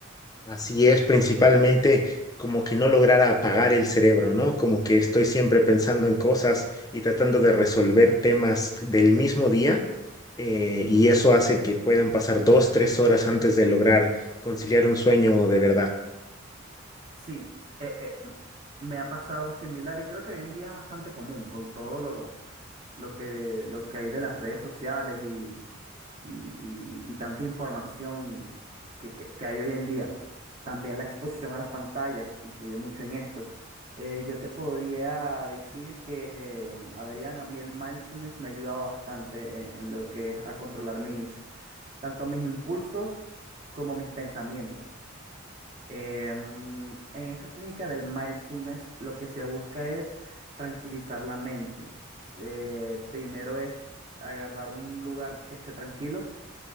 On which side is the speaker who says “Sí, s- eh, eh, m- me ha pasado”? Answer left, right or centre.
Right